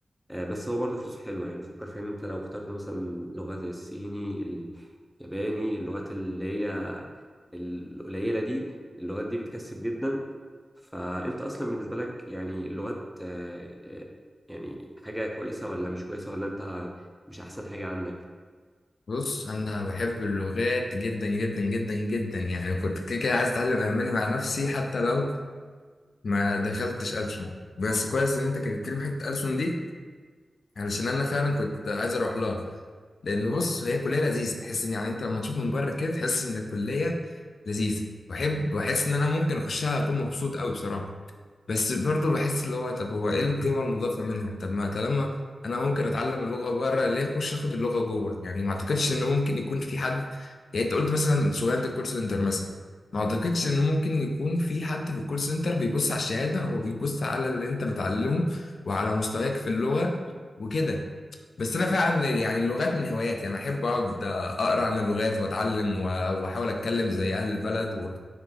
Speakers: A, in the centre; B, on the left (about 75°).
A: آه، بس هو برضه فلوسه حلوة يعني فكر فيها ان انت لو اخترت مثلا لغة زي الصيني الياباني اللغات اللي هي القليلة دي اللغات دي بتكسب جدا فانت اصلا بالنسبة لك يعني اللغات آه، آه، يعني حاجة كويسة ولا مش كويسة ولا انت مش احسن حاجة عندك
B: بص انا بحب اللغات جدا جدا جدا جدا يعني كنت كده كده عايز اتعلم الماني مع نفسي حتى لو ما دخلتش ألسن بس كويس ان انت كنت لي حته ألسن دي علشان انا فعلا كنت عايز اروح لها لان بص هي كليه لذيذه تحس ان يعني انت لما تشوف من بره كده تحس ان الكليه لذيذه بحب بحس ان انا ممكن اخشها اكون مبسوط قوي بصراحه بس برضه بحس اللي هو طب هو ايه القيمة المضافة منها طب ما طالما انا ممكن اتعلم اللغة بره ليه اخش اخد اللغة جوه يعني ما اعتقدش ان ممكن يكون في حد يعني انت قلت مثلا شغلانة الكول سنتر مثلا ما اعتقدش ان ممكن يكون في حد في الكول سنتر بيبص على الشهادة هو بيبص على اللي انت بتعلمه وعلى مستواك في اللغة وكده بس انا فعلا يعني اللغات من هواياتي انا احب اقعد اقرا عن اللغات واتعلم و- واحاول اتكلم زي اهل البلد و...